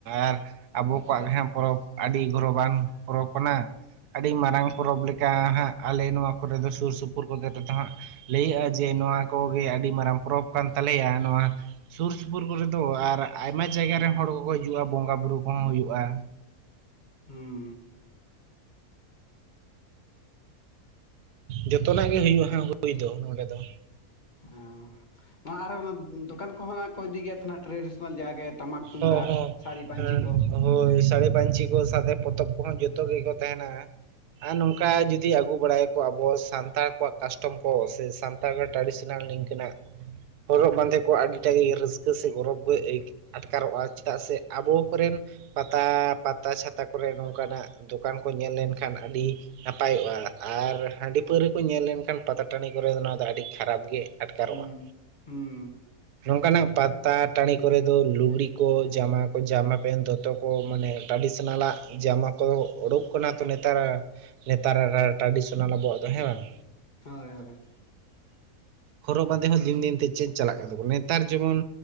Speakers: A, on the right; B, on the left.
A: ᱟᱨ ᱟᱵᱚ ᱠᱚᱣᱟᱜ ᱜᱮ ᱦᱮᱸ ᱯᱚᱨᱚᱵᱽ ᱟᱹᱰᱤ ᱜᱚᱨᱚᱵᱟᱱ ᱯᱚᱨᱚᱵᱽ ᱠᱟᱱᱟ ᱟᱹᱰᱤ ᱢᱟᱨᱟᱝ ᱯᱚᱨᱚᱵᱽ ᱞᱮᱠᱟ ᱦᱟᱸᱜ ᱟᱞᱮ ᱱᱚᱣᱟ ᱠᱚᱨᱮ ᱫᱚ ᱥᱩᱨ ᱥᱩᱯᱩᱨ ᱠᱚᱜᱮ ᱛᱮᱫᱚ ᱦᱟᱸᱜ ᱞᱟᱹᱭᱟᱹᱜᱼᱟ ᱡᱮ ᱱᱚᱣᱟ ᱠᱚᱜᱮ ᱟᱹᱰᱤ ᱢᱟᱨᱟᱝ ᱯᱚᱨᱚᱵᱽ ᱠᱟᱱ ᱛᱟᱞᱮᱭᱟ᱾ ᱱᱚᱣᱟ ᱥᱩᱨ ᱥᱩᱯᱩᱨ ᱠᱚᱨᱮ ᱫᱚ ᱟᱨ ᱟᱭᱢᱟ ᱡᱟᱭᱜᱟ ᱨᱮᱱ ᱦᱚᱲ ᱠᱚᱠᱚ ᱦᱤᱡᱩᱜᱼᱟ, ᱵᱚᱸᱜᱟᱼᱵᱩᱨᱩ ᱠᱚᱦᱚᱸ ᱦᱩᱭᱩᱜᱼᱟ᱾
B: ᱦᱩᱸ
A: ᱡᱚᱛᱚᱱᱟᱜ ᱜᱮ ᱦᱩᱭᱩᱜᱼᱟ ᱦᱟᱸᱜ ᱦᱩᱭ ᱫᱚ ᱱᱚᱸᱰᱮ ᱫᱚ᱾
B: ᱚᱸ ᱱᱚᱣᱟ ᱟᱨᱦᱚᱸ ᱚᱱᱟ ᱫᱚᱠᱟᱱ ᱠᱚᱦᱚᱸ ᱱᱟᱜ ᱠᱚ ᱤᱫᱤ ᱜᱮ ᱛᱟᱦᱮᱱᱟ ᱴᱨᱮᱰᱤᱥᱚᱱᱟᱞ ᱡᱟᱜᱮ ᱴᱟᱢᱟᱠ ᱛᱩᱢᱫᱟᱜ
A: ᱦᱚᱸ ᱦᱚᱸ
B: ᱥᱟᱹᱲᱤ ᱯᱟᱧᱪᱤ
A: ᱮᱸ
B: ᱠᱚ?
A: ᱦᱳᱭ ᱥᱟᱹᱲᱤ ᱯᱟᱧᱪᱤ ᱠᱚ ᱥᱟᱶᱛᱮ ᱯᱚᱛᱚᱵ ᱠᱚᱦᱚᱸ ᱡᱚᱛᱚ ᱜᱮᱠᱚ ᱛᱟᱦᱮᱱᱟ᱾ ᱟᱨ ᱱᱚᱝᱠᱟ ᱡᱩᱫᱤ ᱟᱹᱜᱩ ᱵᱟᱲᱟᱭᱟᱠᱚ ᱟᱵᱚ ᱥᱟᱱᱛᱟᱲ ᱠᱚᱣᱟᱜ ᱠᱟᱥᱴᱚᱢ ᱠᱚ ᱥᱮ ᱥᱟᱱᱛᱟᱲ ᱠᱚᱣᱟᱜ ᱴᱨᱟᱰᱤᱥᱚᱱᱟᱞ ᱱᱤᱝᱠᱟ ᱠᱟᱹᱱᱟᱜ ᱦᱚᱨᱚᱜ ᱵᱟᱸᱫᱮ ᱠᱚ ᱟᱹᱰᱤᱴᱟ ᱜᱮ ᱨᱟᱹᱥᱠᱟᱹ ᱥᱮ ᱜᱚᱨᱚᱵᱽ ᱜᱮ ᱟᱹᱭᱠᱟᱹ ᱟᱴᱠᱟᱨᱚᱜᱼᱟ᱾ ᱪᱮᱫᱟᱜ ᱥᱮ ᱟᱵᱚ ᱠᱚᱨᱮᱱ ᱯᱟᱛᱟ ᱯᱟᱛᱟ ᱪᱷᱟᱛᱟ ᱠᱚᱨᱮ ᱱᱚᱝᱠᱟᱱᱟᱜ ᱫᱚᱠᱟᱱ ᱠᱚ ᱧᱮᱞ ᱞᱮᱱᱠᱷᱟᱱ ᱟᱹᱰᱤ ᱱᱟᱯᱟᱭᱚᱜᱼᱟ ᱟᱨ ᱦᱟᱺᱰᱤ ᱯᱟᱹᱶᱨᱟᱹ ᱠᱚ ᱧᱮᱞ ᱞᱮᱱᱠᱷᱟᱱ ᱯᱟᱛᱟ ᱴᱟᱺᱰᱤ ᱠᱚᱨᱮ ᱫᱚ ᱱᱚᱣᱟ ᱫᱚ ᱟᱹᱰᱤ ᱠᱷᱟᱨᱟᱯ ᱜᱮ ᱟᱴᱠᱟᱨᱚᱜᱼᱟ᱾
B: ᱦᱩᱸ ᱦᱩᱸ
A: ᱱᱚᱝᱠᱟᱱᱟᱜ ᱯᱟᱛᱟ ᱴᱟᱺᱰᱤ ᱠᱚᱨᱮ ᱫᱚ ᱞᱩᱜᱽᱲᱤ ᱠᱚ ᱡᱟᱢᱟ ᱠᱚ ᱡᱟᱢᱟ ᱯᱮᱱ ᱫᱚᱛᱚ ᱠᱚ ᱢᱟᱱᱮ ᱴᱨᱟᱰᱤᱥᱚᱱᱟᱞᱟᱜ ᱡᱟᱢᱟ ᱠᱚᱫᱚ ᱚᱰᱳᱠ ᱠᱟᱱᱟ ᱛᱚ ᱱᱮᱛᱟᱨ ᱱᱮᱛᱟᱨ ᱴᱨᱟᱰᱤᱥᱚᱱᱟᱞ ᱟᱵᱚᱣᱟᱜ ᱫᱚ ᱦᱮᱸ ᱵᱟᱝ?
B: ᱦᱳᱭ ᱦᱳᱭ
A: ᱦᱚᱨᱚᱜ ᱵᱟᱸᱫᱮ ᱦᱚᱸ ᱫᱤᱱ ᱫᱤᱱ ᱛᱮ ᱪᱮᱡ ᱪᱟᱞᱟᱜ ᱠᱟᱱ ᱛᱟᱵᱚᱱᱟ᱾ ᱱᱮᱛᱟᱨ ᱡᱮᱢᱚᱱ